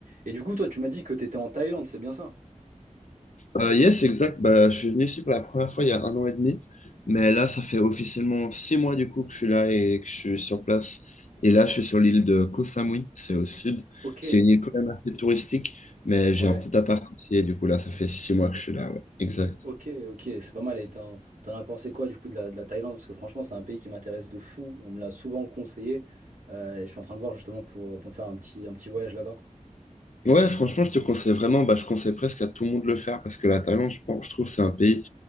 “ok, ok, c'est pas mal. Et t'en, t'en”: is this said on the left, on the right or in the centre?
Right